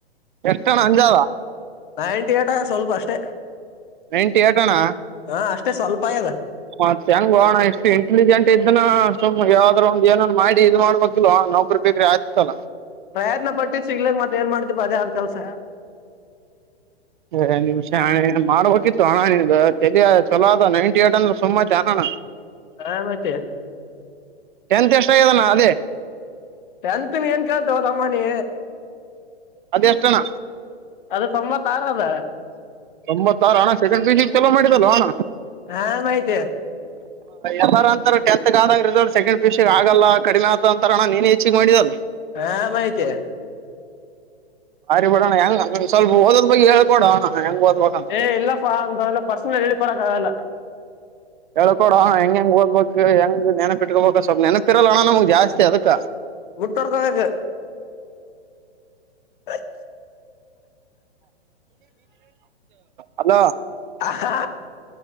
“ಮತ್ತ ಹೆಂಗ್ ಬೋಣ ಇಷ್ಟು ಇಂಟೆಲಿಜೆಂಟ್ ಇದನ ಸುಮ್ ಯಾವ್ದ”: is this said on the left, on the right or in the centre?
Right